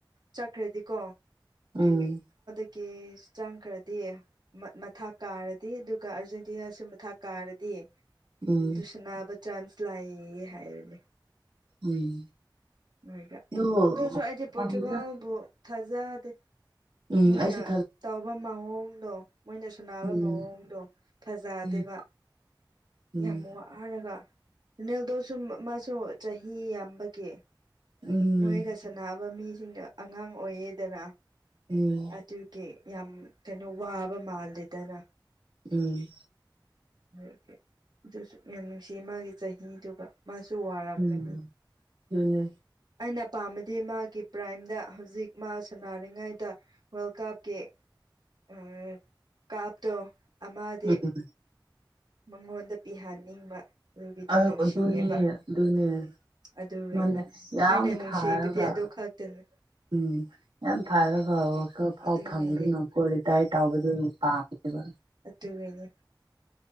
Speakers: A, on the right; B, on the right.
A: ꯆꯠꯈ꯭ꯔꯗꯤꯀꯣ
B: ꯎꯝ
A: ꯀꯦ꯭ꯁ ꯆꯥꯡꯈ꯭ꯔꯗꯤ ꯃꯊꯥ ꯀꯥꯔꯗꯤ ꯑꯗꯨꯒ ꯑꯥꯔꯖꯦꯟꯇꯤꯅꯥꯁꯨ ꯃꯊꯥ ꯀꯥꯔꯗꯤ
B: ꯎꯝ
A: ꯑꯗꯨ ꯁꯅꯥꯕ ꯆꯥꯟꯁ ꯂꯥꯛꯑꯦꯌꯦ ꯍꯥꯏꯔꯅꯤ
B: ꯎꯝ
A: ꯃꯦꯒ
B: ꯑꯗꯨꯕꯨ
A: ꯑꯗꯨꯁꯨ ꯑꯩꯗꯤ
B: ꯈꯪꯗꯦꯗ
A: ꯄꯣꯔꯇꯨꯒꯜꯕꯨ ꯊꯥꯖꯗꯦ
B: ꯎꯝ
A: ꯃꯣꯏꯅ
B: ꯑꯩꯁꯨ ꯊꯥ
A: ꯇꯧꯕ ꯃꯑꯣꯡ ꯃꯣꯏꯅ ꯁꯅꯥꯕ
B: ꯎꯝ
A: ꯃꯑꯣꯡꯗꯣ ꯐꯖꯗꯦꯕ
B: ꯎꯝ ꯎꯝ
A: ꯌꯥꯝ ꯋꯥꯔꯒ ꯅꯦꯜꯗꯣꯁꯨ ꯃꯥꯁꯨ ꯆꯍꯤ ꯌꯥꯝꯕꯒꯤ
B: ꯎꯝ
A: ꯃꯣꯏꯒ ꯁꯥꯟꯅꯥꯅꯕ ꯃꯤꯁꯤꯡꯗ ꯑꯉꯥꯡ ꯑꯣꯏꯌꯦꯗꯅ
B: ꯎꯝ
A: ꯑꯗꯨꯒꯤ ꯌꯥꯝ ꯀꯩꯅꯣ ꯋꯥꯕ ꯃꯥꯜꯂꯦꯗꯅ
B: ꯎꯝ
A: ꯃꯦꯁꯤ ꯑꯗꯨꯁꯨ ꯌꯥꯝ ꯅꯨꯡꯁꯤꯌꯦ ꯃꯥꯒꯤ ꯆꯍꯤꯗꯨꯒ ꯃꯥꯁꯨ ꯋꯥꯔꯝꯒꯅꯤ
B: ꯎꯝ ꯑꯗꯨꯅꯦ
A: ꯑꯩꯅ ꯄꯥꯝꯕꯗꯤ ꯃ ꯃꯥꯒꯤ ꯄ꯭ꯔꯥꯏꯝꯗ ꯍꯧꯖꯤꯛ ꯃꯥ ꯁꯥꯟꯅꯔꯤꯉꯩꯗ ꯋꯥꯔꯜ ꯀꯥꯞꯀꯤ ꯑ ꯀꯥꯞꯇꯣ ꯑꯃꯗꯤ
B: ꯎꯝ
A: ꯃꯉꯣꯟꯗ ꯄꯤꯍꯟꯅꯤꯡꯕ ꯑꯗꯨꯒꯤꯗꯤ
B: ꯑ
A: ꯅꯨꯡꯁꯤꯌꯦꯕ
B: ꯑꯗꯨꯅꯦ ꯑꯗꯨꯅꯦ
A: ꯑꯗꯨꯅꯤ
B: ꯃꯣꯏꯅ ꯌꯥꯝ
A: ꯑꯩꯅ ꯅꯨꯡꯁꯤꯕꯗꯤ
B: ꯐꯥꯔꯒ
A: ꯑꯗꯨ ꯈꯇꯅꯦ
B: ꯎꯝ ꯌꯥꯝ ꯐꯔ ꯐꯕ ꯈꯔ ꯑꯩꯈꯣꯏꯐꯥꯎ
A: ꯑꯗꯨꯒꯤꯅꯤ
B: ꯐꯪꯗꯣꯏꯅꯣ ꯀꯣꯔꯔꯤꯇꯌꯔ ꯇꯧꯕꯗꯣ ꯅꯨꯄ ꯃꯟꯅꯦ
A: ꯇꯨꯃꯤꯅꯦ